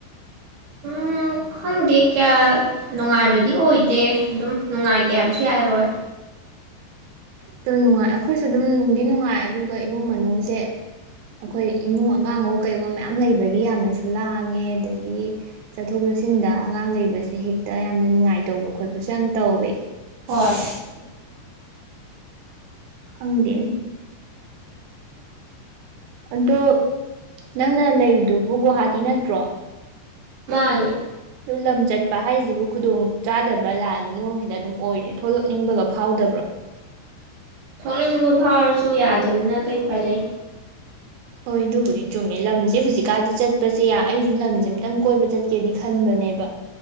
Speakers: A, on the right; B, on the right.
A: ꯎꯝ ꯈꯪꯗꯦ ꯀꯌꯥ ꯅꯨꯡꯉꯥꯏꯕꯗꯤ ꯑꯣꯏꯗꯦ ꯑꯗꯨꯝ ꯅꯨꯡꯉꯥꯏꯇꯦ ꯍꯥꯏꯕꯁꯨ ꯌꯥꯔꯣꯏ꯫
B: ꯑꯗꯨꯝ ꯅꯨꯡꯉꯥꯏ ꯑꯩꯈꯣꯏꯁꯨ ꯑꯗꯨꯝ ꯅꯨꯡꯗꯤ ꯅꯨꯡꯉꯥꯏ ꯑꯗꯨꯒ ꯏꯃꯨꯡ ꯃꯅꯨꯡꯁꯦ ꯑꯩꯈꯣꯏ ꯏꯃꯨꯡ ꯑꯉꯥꯡꯋꫭ ꯀꯩꯋꫭ ꯃꯌꯥꯝ ꯂꯩꯕꯒꯤ ꯌꯥꯝꯅꯁꯨ ꯂꯥꯡꯉꯦ ꯑꯗꯒꯤ ꯆꯠꯊꯣꯛ ꯆꯠꯁꯤꯟꯗ ꯑꯉꯥꯡ ꯂꯩꯕꯁꯦ ꯍꯦꯛꯇ ꯌꯥꯝꯅ ꯅꯤꯉꯥꯏ ꯇꯧꯕ ꯈꯣꯠꯄꯁꯦ ꯌꯥꯝ ꯇꯧꯋꯦ꯫
A: ꯍꯣꯏ꯫
B: ꯑꯗꯒꯤ ꯈꯪꯗꯦꯅꯦ꯫ ꯑꯗꯣ ꯅꯪꯅ ꯂꯩꯗꯨꯕꯨ ꯒꯨꯋꯥꯍꯥꯇꯤ ꯅꯠꯇ꯭ꯔꯣ꯫
A: ꯃꯥꯅꯦ꯫
B: ꯑꯗꯨ ꯂꯝ ꯆꯠꯄ ꯍꯥꯏꯁꯤꯕꯨ ꯈꯨꯗꯣꯡ ꯆꯥꯗꯕ ꯂꯥꯜ ꯃꯅꯨꯡꯁꯤꯗ ꯑꯗꯨꯝ ꯑꯣꯏꯔꯦ ꯊꯣꯛꯂꯛꯅꯤꯡꯕꯒ ꯐꯥꯎꯗꯕ꯭ꯔꯣ꯫
A: ꯊꯣꯛꯅꯤꯡꯕ ꯐꯥꯎꯔꯁꯨ ꯌꯥꯗꯕꯅꯤꯅ ꯀꯩ ꯄꯥꯏ ꯂꯩ꯫
B: ꯍꯣꯏ ꯑꯗꯨꯕꯨꯗꯤ ꯆꯨꯝꯃꯦ ꯂꯝꯁꯦ ꯍꯧꯖꯤꯛꯀꯥꯟꯗꯤ ꯆꯠꯄꯁꯦ ꯑꯩꯁꯨ ꯂꯝꯁꯦ ꯑꯝꯇꯪ ꯀꯣꯏꯕ ꯆꯠꯀꯦꯗꯤ ꯈꯟꯕꯅꯦꯕ꯫